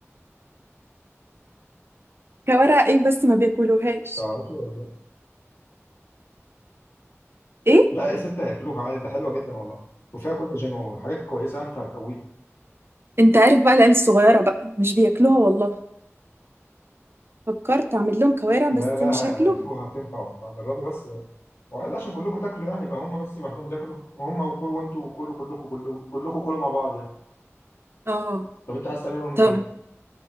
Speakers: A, on the right (about 50°); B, on the left (about 60°).
A: كوارع ايه بس ما بياكلوهاش
B: تعرفي ولا لا
A: ايه؟
B: لا يا ستة هياكلوها عادي ده حلوه جدا والله وفيها كولاجين وحاجات كويسه يعني فهتقويك
A: انت عارف بقى العيال الصغيرة بقى مش بياكلوها والله فكرت اعمل لهم كوارع بس
B: لا لا
A: مش هاكلوها
B: هياكلوها هتنفع والله جربي بس وعادي عشان كلكم تاكلوا يعني يبقى هم بس لوحدهم بياكلوا وهم وكل وانتوا كلوا كلكم كلكم كلكم كلوا مع بعض يعني
A: اه
B: طب انت عايز تعملهم
A: طبعا
B: ايه؟